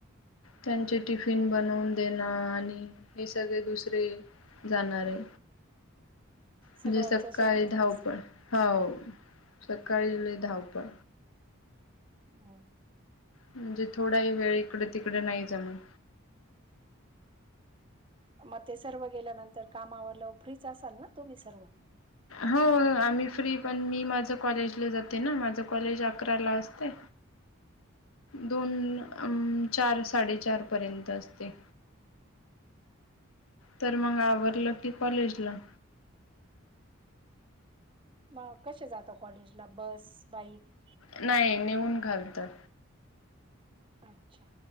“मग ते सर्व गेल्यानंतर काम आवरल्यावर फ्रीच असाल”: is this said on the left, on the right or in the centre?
Right